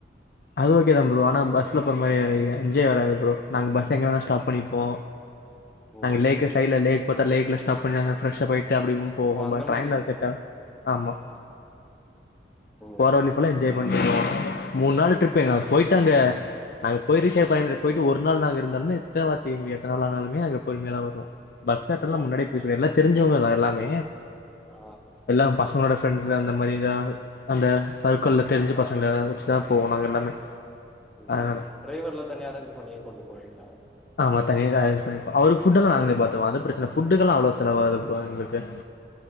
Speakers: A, on the left (about 55°); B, in the centre.
A: அது ஓகே தா ப்ரோ ஆனா பஸ்ல போற மாரி என்ஜாய் வராது ப்ரோ நாங்க பஸ்ச எங்க வேணா ஸ்டாப் பண்ணி போ
B: ஓ
A: நாங்க லேக் சைடல லேக்ல லேக்ல பாத்த ஸ்டாப் பண்ணி பிரஷர்ப் ஆயிட்டு அப்டி போகும்
B: ஓ அந்த
A: பட் ட்ரெயின்ல
B: மாரி
A: செட் ஆகா ஆமா
B: ஆ ஓஹோ
A: போற வழி ஃபுல்லா என்ஜாய் வ மூணு நாள் ட்ரிப் எங்கன போயிடங்க நாங்க போய் ரீச்சர் பயன போயிட்டு ஒரு நாங்க இருந்தாலுமே திட்ட வாத்தக்கீங்கள எத்த நாள் ஆனாலமே அங்க பொறுமைய தா வருவோ பாஸ் கார்டெல்லா
B: ஓ
A: முன்னாடியே போய் சொல்லிலா எல்லா தெரிஞ்சவங்க தா எல்லாமே
B: ஆ
A: எல்லா பசங்களோட பிரெண்ட்ஸ்ல அந்த மாரிதா அந்த சர்க்கிள்ல தெரிஞ்ச பசங்க யாரவது இருஞ்சினா போவோ நாங்க எல்லாமே
B: ம்
A: அதனால
B: டிரைவர் எலா தனி அரேஞ்ச் பண்ணி கூட்டிட்டு போவிங்களா
A: ஆம தனியா அரேஞ்ச் பண்ணிப்போ அவருக்கு ஃபுட்டல்லா நாங்களோ பார்த்துப் போ அது பிரச்சன ஃபுட்டுல்லா அவ்வள செலவாகாது ப்ரோ எங்களுக்கு